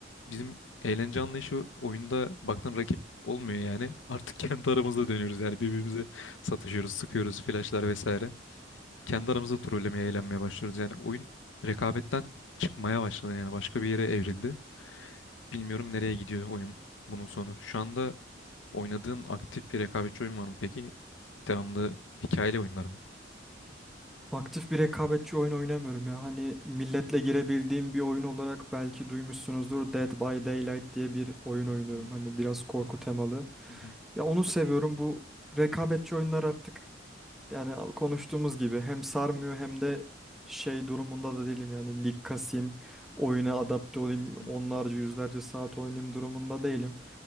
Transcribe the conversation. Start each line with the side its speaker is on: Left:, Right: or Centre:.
Left: bizim eğlence anlayışı oyunda baktın rakip olmuyor yani. Artık <laughs> kendi aramızda dönüyoruz yani birbirimize satışıyoruz, sıkıyoruz, flashlar vesaire. Kendi aramızda trollemeye, eğlenmeye başlıyoruz. Yani oyun rekabetten çıkmaya başladı yani başka bir yere evrildi. Bilmiyorum nereye gidiyor oyun bunun sonu. Şu anda oynadığın aktif bir rekabetçi oyun var mı peki? Devamlı hikayeli oyunlar mı?
Centre: Aktif bir rekabetçi oyun oynamıyorum ya. Hani milletle girebildiğim bir oyun olarak belki duymuşsunuzdur. Dead by Daylight diye bir oyun oynuyorum.
Left: Hı hı,
Centre: Hani biraz korku temalı.
Left: hı hı,
Centre: Ya onu seviyorum. Bu rekabetçi oyunlar artık yani konuştuğumuz gibi hem sarmıyor hem de şey durumunda da değilim yani lig kasayım, oyuna adapte olayım,
Left: hı hı,
Centre: onlarca yüzlerce saat oynayayım durumunda değilim.